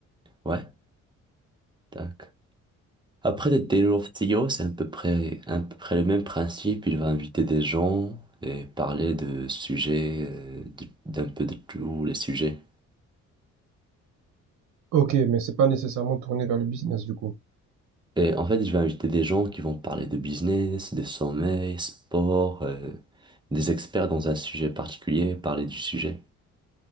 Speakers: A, on the right; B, on the right.
A: Ouais, tac. Après, le Taylor of CEO, c'est à peu près, à peu près le même principe. Il va inviter des gens et parler de sujets, euh, du- d'un peu de tous les sujets.
B: Ok, mais c'est pas nécessairement tourné vers le business, du coup.
A: Et en fait, il va inviter des gens qui vont parler de business, de sommeil, sport, euh, des experts dans un sujet particulier, parler du sujet.